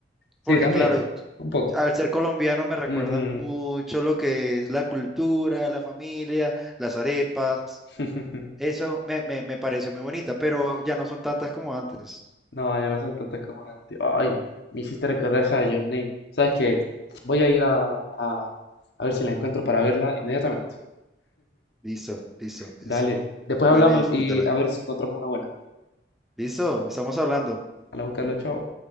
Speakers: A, on the left (about 70°); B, in the centre.
A: Sí,
B: porque
A: también.
B: claro,
A: Un poco.
B: al ser colombiano me recuerda
A: Ujú.
B: mucho lo que es la cultura, la familia, las arepas,
A: <laughs>
B: eso me, me, me pareció muy bonita, pero ya no son tantas como antes.
A: No, yo no soy tantas como antes. Ay, me hiciste recordar esa de Your Name. ¿Sabes qué? Voy a ir a, a, a ver si la encuentro para verla inmediatamente.
B: Listo, listo,
A: Dale.
B: es
A: Después
B: buena
A: hablamos
B: y disfrútala.
A: y a ver si encontramos una buena.
B: Listo, estamos hablando.
A: Hola, Carlos. chao.